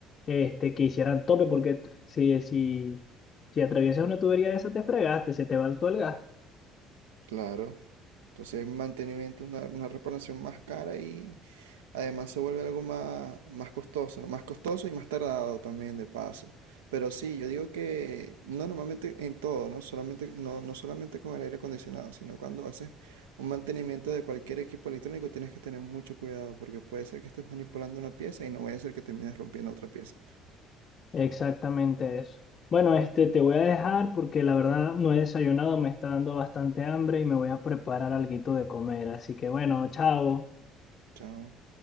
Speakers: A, on the left (about 40°); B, on the right (about 75°).
A: este, que hicieran tope, porque t- si, si, si atraviesas una tubería de esa te fregaste, se te va todo el gas.
B: Claro. Entonces, mantenimiento, una, una reparación más cara y además se vuelve algo más, más costoso, ¿no? Más costoso y más tardado también de paso. Pero sí, yo digo que uno normalmente en todo, ¿no? Solamente, no, no solamente con el aire acondicionado, sino cuando haces un mantenimiento de cualquier equipo electrónico tienes que tener mucho cuidado porque puede ser que estés manipulando una pieza y no vaya a ser que termines rompiendo otra pieza.
A: Exactamente eso. Bueno, este te voy a dejar porque la verdad no he desayunado, me está dando bastante hambre y me voy a preparar alguito de comer. Así que bueno, chao.
B: Chao.